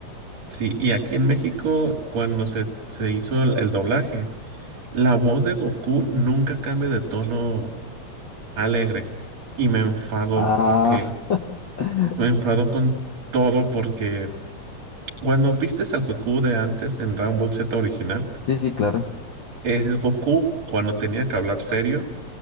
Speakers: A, on the right; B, on the left.
A: Sí, y aquí en México, cuando se, se hizo el, el doblaje, la voz de Goku nunca cambia de tono alegre. Y me enfadó
B: Ah,
A: porque
B: <laughs>
A: me enfadó con todo porque cuando viste al Goku de antes en Dragon Ball Z original,
B: sí, sí, claro.
A: El Goku, cuando tenía que hablar serio,